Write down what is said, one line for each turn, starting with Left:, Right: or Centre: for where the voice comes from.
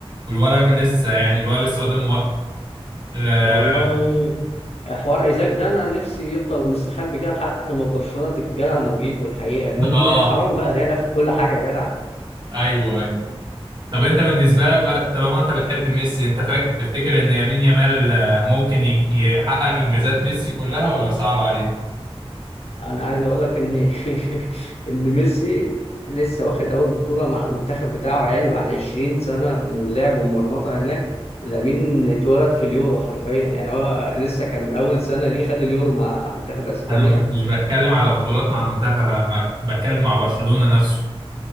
Right: والولا لسه يعني الولا لسه قدامه وقت اه
Left: والله حوار ايزاك ده انا نفسي يفضل مستخبي كده لحد ما برشلونه تتجلع وتجيبه الحقيقه لان
Right: <laughs> آه،
Left: حرام بقى ريال ياخد كل حاجه يا جدع
Right: ايوه ايوه طب انت بالنسبه لك بقى طالما انت بتحب ميسي انت فاكر تفتكر ان يمين يامال آه، ممكن يج- يحقق انجازات ميسي كلها ولا صعب عليه؟
Left: انا عايز اقول لك ان <laughs> ان ميسي لسه واخد اول بطوله مع المنتخب بتاعه يعني بعد 20 سنه من لعب ومرمطه هناك لامين اتولد في اليورو حرفيا يعني هو لسه كان اول سنه ليه خد اليورو مع منتخب اسبانيا
Right: انا مش بتكلم على بطولات مع المنتخب انا بتكلم مع برشلونه نفسه